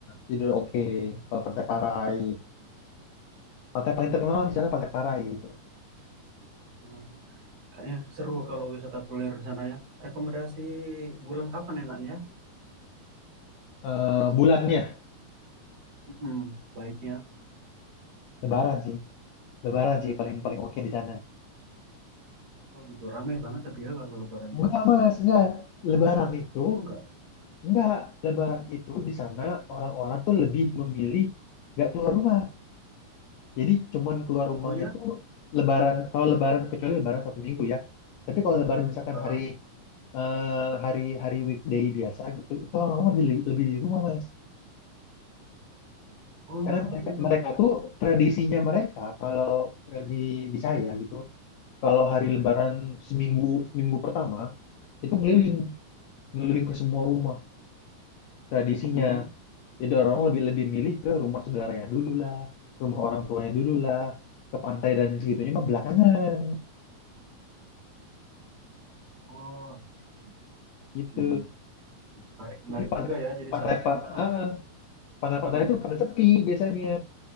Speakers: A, on the left; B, on the right.
A: jadi udah oke kalau Pantai Parai pantai paling terkenal di sana Pantai Parai gitu
B: hmm. Kayaknya seru kalau wisata kuliner di sana ya. Rekomendasi bulan kapan enaknya?
A: Eh, bulannya
B: Hmm, baiknya.
A: Lebaran sih Lebaran sih paling paling oke di sana
B: Oh gitu, rame banget tapi ya kalau lebarannya.
A: enggak mas enggak Lebaran itu
B: Oh, Enggak.
A: enggak Lebaran itu di sana orang-orang tuh lebih memilih nggak keluar rumah Jadi cuman keluar rumahnya
B: Oh ya?
A: tuh lebaran, kalau lebaran kecuali lebaran satu minggu ya. Tapi kalau lebaran misalkan
B: Heeh.
A: hari eh, hari hari weekday biasa gitu, itu orang lebih lebih di rumah mas.
B: Oh
A: Karena mereka
B: gitu.
A: mereka tuh tradisinya mereka kalau di di saya gitu, kalau hari lebaran seminggu seminggu pertama itu ngeliling ngeliling ke semua rumah tradisinya.
B: Mm-mm.
A: Jadi orang lebih lebih milih ke rumah saudaranya dulu lah, rumah orang tuanya dulu lah, ke pantai dan segitunya mah belakangan
B: Oh, I see.
A: gitu.
B: oke. Menarik, menarik
A: Jadi pantai
B: juga ya jadi
A: pantai
B: saat
A: pa-
B: sana.
A: ah, pantai-pantai
B: Oh,
A: itu pada sepi biasanya.